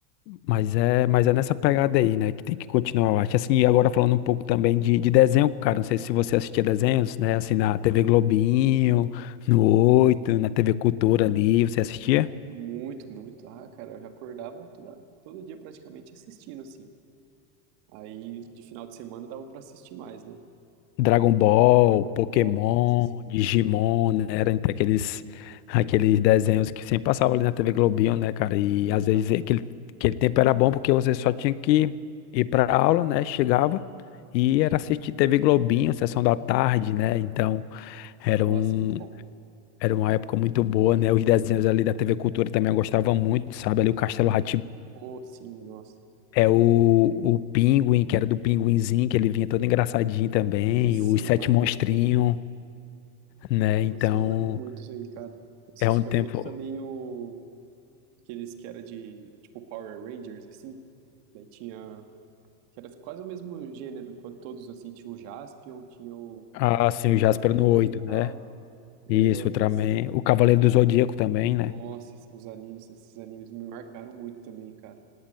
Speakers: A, on the left (about 80°); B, on the right (about 55°).
A: mas é, mas é nessa pegada aí, né? Que tem que continuar, eu acho. Assim, e agora falando um pouco também de, de desenho, cara. Não sei se você assistia desenhos, né? Assim, na
B: pô,
A: TV Globinho, no Oito, na TV Cultura ali, você assistia?
B: muito, muito. Ah, cara, eu já acordava toda, todo dia praticamente assistindo, assim. Aí de final de semana dava pra assistir mais, né?
A: Dragon Ball,
B: Dragon
A: Pokémon,
B: Ball, nossa, sim.
A: Digimon, né? Era entre aqueles, aqueles desenhos que sempre passavam ali na TV Globinho, né, cara? E
B: Exato.
A: às vezes aquele, aquele tempo era bom porque você só tinha que ir pra aula, né? Chegava e era assistir TV Globinho, sessão da tarde, né? Então era
B: Nossa,
A: um.
B: muito bom.
A: Era uma época muito boa, né? Os desenhos ali da TV Cultura também eu gostava muito, sabe? Ali o Castelo rá
B: Oh, sim, nossa.
A: é o, o Pinguim, que era do Pinguinzinho, que ele vinha todo engraçadinho também,
B: Esse
A: os
B: aí
A: Sete
B: marcou,
A: Monstrinhos,
B: hein?
A: né?
B: Nossa,
A: Então,
B: me marcou muito isso aí, cara. Eu assistia
A: é um tempo.
B: muito também o aqueles que era de tipo Power Rangers assim. Daí tinha que era quase o mesmo gênero, co- todos assim, tinha o Jaspion, tinha o
A: Ah, sim,
B: Ultraman
A: o Jasper no
B: e
A: oito né?
B: tal. É,
A: Isso,
B: ué,
A: Ultraman.
B: nossa.
A: O Cavaleiro do Zodíaco também, né?
B: Nossa, os animes, esses animes me marcaram muito também, cara.